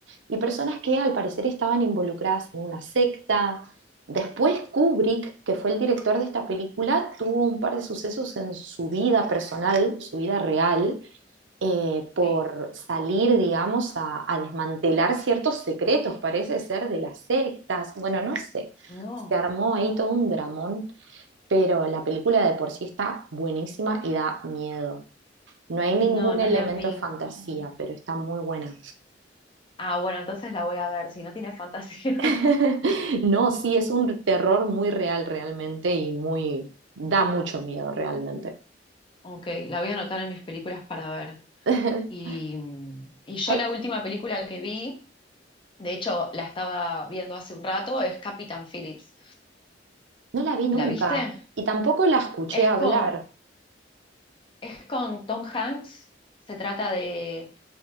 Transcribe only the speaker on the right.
y personas que al parecer estaban involucradas en una secta. Después Kubrick, que fue el director de esta película, tuvo un par de sucesos en su vida personal, su vida real, eh, por
salir, digamos, a, a desmantelar ciertos secretos, parece ser, de las sectas. Bueno, no sé,
se armó ahí todo un dramón, pero la película de por sí está buenísima y da miedo. No hay ningún
elemento
de fantasía, pero está muy buena.
<laughs>
No, sí, es un terror muy real realmente y muy da mucho miedo realmente.
<laughs>
Ay,
no la vi nunca
y tampoco la escuché
hablar.